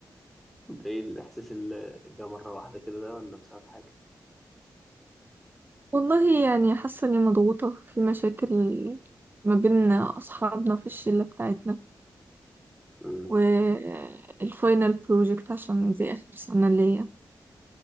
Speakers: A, in the centre; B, on the right (about 25°).
A: ده ايه الاحساس اللي جه مره واحده كده ده ولا بسبب حاجه
B: والله يعني حاسة اني مضغوطة في مشاكل ما بين اصحابنا في الشلة بتاعتنا
A: امم
B: والفاينل بروجكت عشان دي اخر سنة ليا